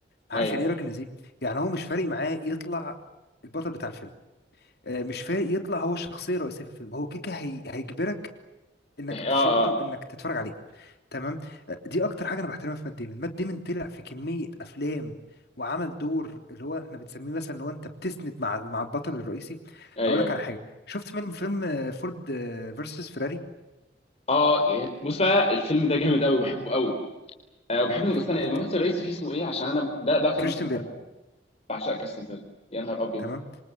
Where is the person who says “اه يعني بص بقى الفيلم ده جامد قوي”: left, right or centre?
Left